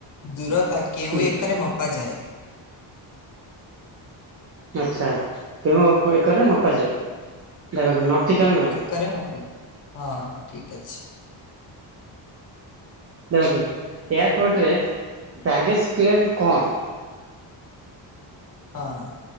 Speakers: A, on the left; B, on the right.
A: ଦୂରତା କେଉଁ
B: ହୁଁ
A: ଏକରେ ମପାଯାଏ?
B: ଆଚ୍ଛା କେଉଁ ଏକରେ ମପାଯାଏ ଦେଖ ନଟିକାଲ ମାଇ।
A: କରେ ମୋ ପାଇ ହଁ ଠିକ ଅଛି।
B: ଦେଖନ୍ତୁ ଏୟାରପୋର୍ଟରେ ବ୍ୟାଗେଜ କ୍ଲେମ୍ କଣ?
A: ହଁ